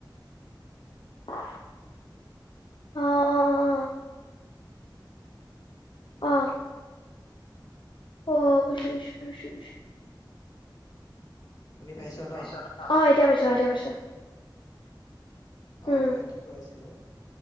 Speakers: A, on the left; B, on the left.
A: অ', অ', অ। অ। অ', বোইছো-বোইছো-বোইছো-বোইছো।
B: শুনি পাইছ
A: অ', এতিয়া
B: ন
A: পাইছো, অ, এতিয়া পাইছো।
B: অ',
A: উম
B: মই কি কৈ আছিলো,